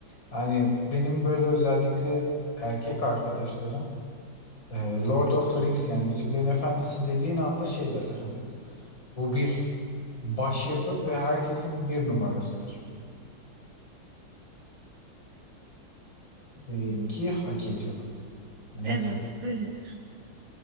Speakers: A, on the left; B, on the right.
A: hani benim böyle özellikle erkek arkadaşlarım e, Lord of the Rings yani Yüzüklerin Efendisi dediğin anda şey derler hani Bu bir başyapıt ve herkesin bir numarasıdır. Ee,
B: Hı.
A: ki hak ediyor. Net
B: Evet,
A: hak.
B: öyledir.